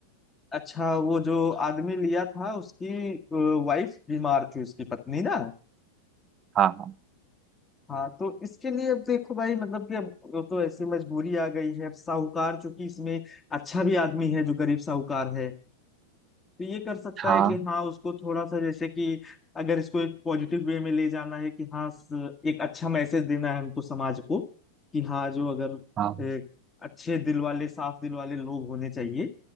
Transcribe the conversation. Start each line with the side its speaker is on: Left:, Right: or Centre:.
Left: अच्छा वो जो आदमी लिया था उसकी वाइफ बीमार थी उसकी पत्नी ना
Right: हाँ हाँ
Left: हाँ तो इसके लिए अब देखो भाई मतलब कि अब वो तो ऐसी मजबूरी आ गई है अब साहूकार चूंकि इसमें अच्छा भी आदमी है जो गरीब साहूकार है तो ये कर सकता
Right: हाँ
Left: है कि हाँ उसको थोड़ा सा जैसे कि अगर इसको एक पॉजिटिव वे में ले जाना है कि हाँ स- एक अच्छा मैसेज देना है हमको समाज को कि हाँ जो अगर
Right: हाँ
Left: एक अच्छे दिल वाले साफ दिल वाले लोग होने चाहिए